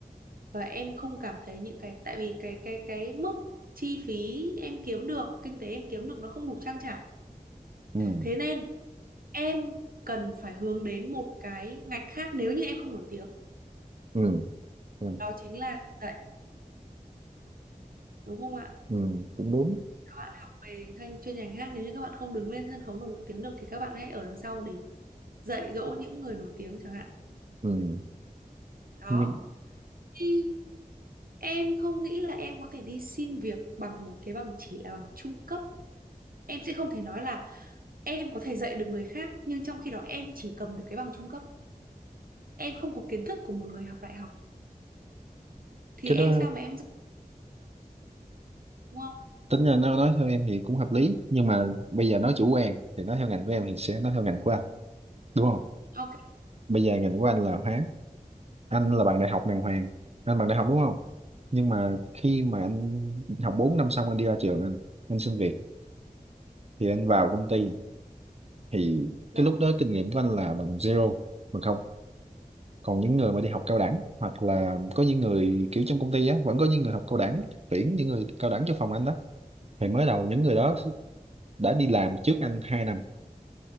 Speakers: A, on the right; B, on the right.
A: và em không cảm thấy những cái tại vì cái cái cái mức chi phí em kiếm được kinh tế em kiếm được nó không đủ trang trải
B: ừ
A: thế nên em cần phải hướng đến một cái ngạch khác nếu như em không nổi tiếng
B: ừ ừ,
A: đó chính là giảng dạy đúng không ạ
B: ừ. cũng đúng
A: các bạn học về thanh chuyên ngành hát nếu như các bạn không đứng lên sân khấu nổi tiếng được thì các bạn hãy ở đằng sau để dạy dỗ những người nổi tiếng chẳng hạn
B: ừ.
A: đó
B: nhưng
A: Thì em không nghĩ là em có thể đi xin việc bằng một cái bằng chỉ là bằng trung cấp em sẽ không thể nói là em có thể dạy được người khác nhưng trong khi đó em chỉ cầm được cái bằng trung cấp em không có kiến thức của một người học đại học thì
B: cái
A: em
B: đó
A: sao mà em dạy đúng không
B: tính ra nó nói theo em thì cũng hợp lý nhưng mà bây giờ nói chủ quan thì nói theo ngành của em thì sẽ nói theo ngành của anh đúng không
A: ok
B: bây giờ ngành của anh là hóa anh là bằng đại học đàng hoàng anh bằng đại học đúng không nhưng mà khi mà anh học 4 năm xong anh đi ra trường anh anh xin việc thì anh vào công ty thì
A: vâng
B: cái lúc đó kinh nghiệm của anh là bằng zero bằng không còn những người mà đi học cao đẳng hoặc là có những người kiểu trong công ty á vẫn có những người học cao đẳng tuyển những người cao đẳng cho phòng anh đó thì mới đầu những người đó đã đi làm trước anh 2 năm